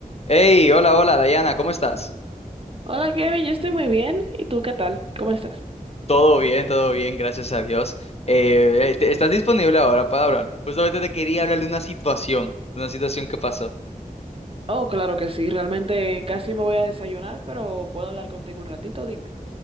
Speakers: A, on the left; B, on the right.
A: Hey, hola, hola, Dayana, ¿cómo estás?
B: Hola Kevin, yo estoy muy bien. ¿Y tú qué tal? ¿Cómo estás?
A: Todo bien, todo bien, gracias a Dios. Eh, eh, te- ¿estás disponible ahora para hablar? Justamente te quería hablar de una situación, una situación que pasó.
B: Oh, claro que sí, realmente casi me voy a desayunar, pero puedo hablar contigo un ratito, dime.